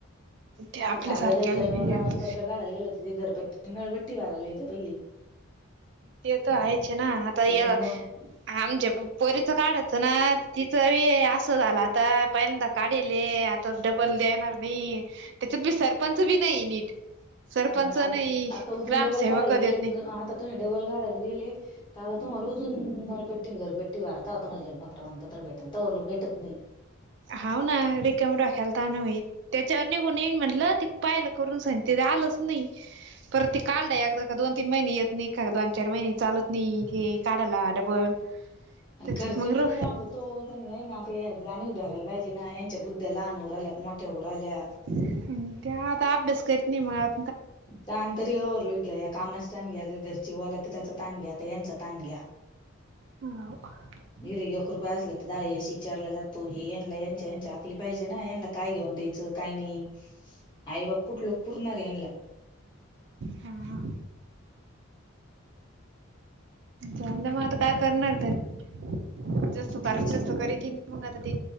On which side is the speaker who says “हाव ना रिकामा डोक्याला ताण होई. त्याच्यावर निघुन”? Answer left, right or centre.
Right